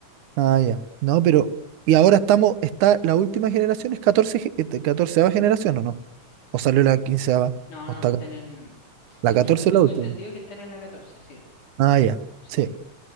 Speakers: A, on the right (about 75°); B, on the left (about 70°).
A: Ah, ya. No, pero, y ahora estamos, está, la última generación es 14 ge- este, 14 generación o no. O salió la quinceava
B: No,
A: O
B: no,
A: está,
B: está en el... ten-
A: la 14
B: según tengo
A: es la última.
B: entendido que están en la 14, sí.
A: Ah, ya.
B: Sí.
A: Sí.